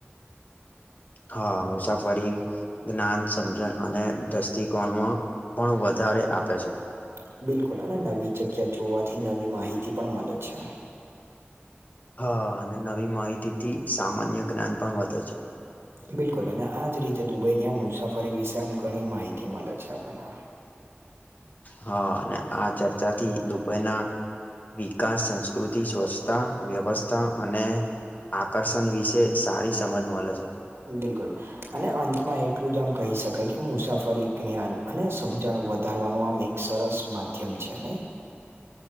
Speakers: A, on the left; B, on the right.
A: હા મુસાફરી જ્ઞાન સમજણ અને દ્રષ્ટિકોણમાં પણ વધારે આપે છે.
B: હા બિલકુલ અને નવી જગ્યા જોવાથી નવી માહિતી પણ મળે છે.
A: હા અને નવી માહિતીથી સામાન્ય જ્ઞાન પણ વધે છે.
B: બિલકુલ અને આજ રીતે દુબઈની આ મુસાફરી વિશે આમ ઘણી માહિતી મળે છે આપણને
A: હા અને આ ચર્ચાથી દુબઈના વિકાસ સ કૃતિ સ્વચસ્થતા વ્યવસ્થ અને આકર્ષણ વિશે સારી સમજ મળે છે.
B: બિલકુલ, અને અંતમાં એટલું જ આમ કહી શકાય કે મુસાફરી જ્ઞાન અને સમજણ વધારવાનું આમ એક સરસ માધ્યમ છે. અને